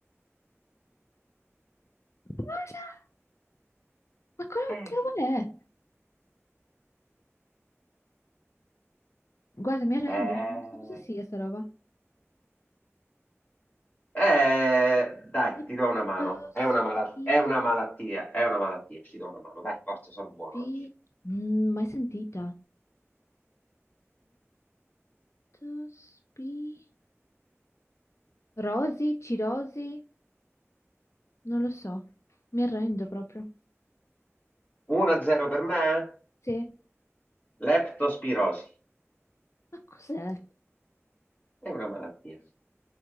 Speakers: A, on the left; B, on the left.
A: Ma cosa- ma cosa-
B: Eh
A: che
B: sì.
A: roba è? Guarda, mi arrendo,
B: Eh,
A: non so cosa sia sta roba.
B: eh, dai,
A: Leptospi...
B: ti do una mano. È una mala- è una malattia, è una malattia. Ci do una mano. Dai, forza, sono buono
A: pi-
B: oggi.
A: Mm, mai sentita. Leptospi... Rosi, cirosi? Non lo so. Mi arrendo proprio.
B: 1-0 per me.
A: Sì.
B: Leptospirosi.
A: Ma cos'è?
B: È una malattia.